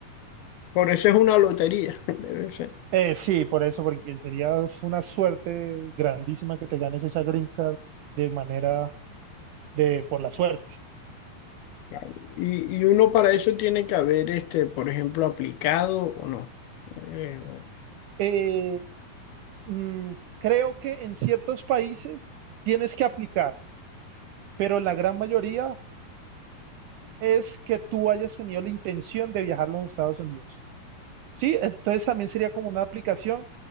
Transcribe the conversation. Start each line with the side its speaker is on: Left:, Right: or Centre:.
Left: Por eso es una lotería, <laughs> debe ser.
Right: Eh, sí, por eso, porque sería una suerte grandísima que te ganes esa green card de manera de por la suerte.
Left: Claro. Y, y uno para eso tiene que haber, este, por ejemplo, aplicado o no. Eh, o-
Right: Eh, mm, creo que en ciertos países tienes que aplicar, pero en la gran mayoría es que tú hayas tenido la intención de viajar a los Estados Unidos. Sí, entonces también sería como una aplicación,